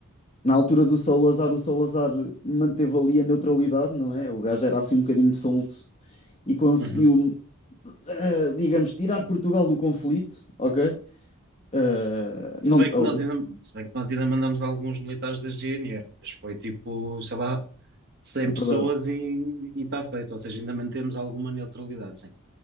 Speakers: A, on the left (about 30°); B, on the right (about 55°).
A: Na altura do Salazar, o Salazar manteve ali a neutralidade, não é? O gajo era assim um bocadinho sonso e conseguiu,
B: Uhum.
A: eh, digamos, tirar Portugal do conflito, ok? Eh,
B: Se
A: não,
B: bem
A: oh,
B: que nós ainda, se bem que nós ainda mandamos alguns militares da GNR, mas foi tipo, sei lá, cem
A: é verdade.
B: pessoas e está feito. Ou seja, ainda mantemos alguma neutralidade, sim,